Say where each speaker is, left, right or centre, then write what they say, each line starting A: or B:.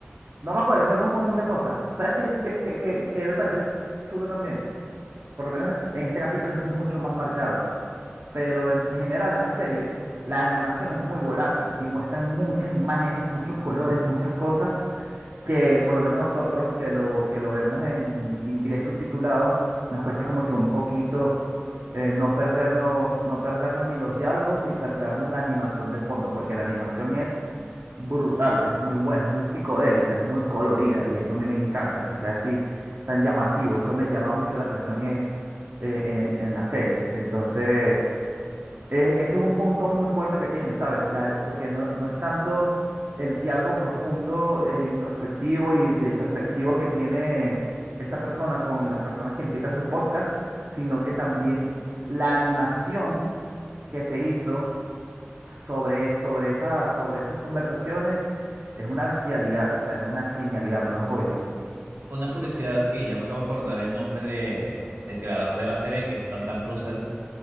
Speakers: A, on the right; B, on the right.
A: No me acuerdo, hicieron un montón de cosas. ¿Sabes qué, qué, qué, qué, qué me parece chulo también? Por lo menos en este capítulo es mucho más marcado. Pero en general en la serie, la animación es muy volátil y muestran muchas imágenes, muchos colores, muchas cosas que por lo menos nosotros que lo, que lo vemos en inglés subtitulado, nos cuesta como que un poquito eh, no perdernos, no perdernos ni los diálogos ni perdernos la animación de fondo, porque la animación es brutal, es muy buena, es muy psicodélica, es muy colorida y eso a mí me encanta, que sea así tan llamativo, eso me llama mucho la atención eh, eh, eh, en las series. Entonces... Eh, ese es un punto muy fuerte que tiene, ¿sabes? La- porque no, no es tanto el diálogo profundo, eh, introspectivo y de reflexivo que tiene esta persona con las personas que invita a su podcast, sino que también la animación que se hizo sobre, sobre esa, sobre esas conversaciones es una bestialidad, o sea, es una genialidad, una joya.
B: Una curiosidad que ya me acabo de acordar el nombre de, del creador de la serie, que es Duncan Russell